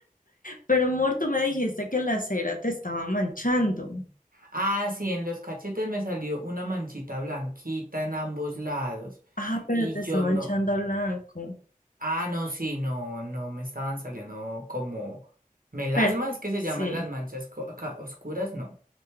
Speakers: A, on the left; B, on the right.
A: Pero, amor, tú me dijiste que la cera te estaba manchando.
B: Ah, sí, en los cachetes me salió una manchita blanquita en ambos lados.
A: Ah, pero
B: Y
A: te
B: yo
A: está manchando
B: no.
A: a blanco.
B: Ah, no, sí, no, no, me estaban saliendo como melasma,
A: Percu-
B: es que se
A: sí,
B: llaman las manchas co- acá oscuras, no.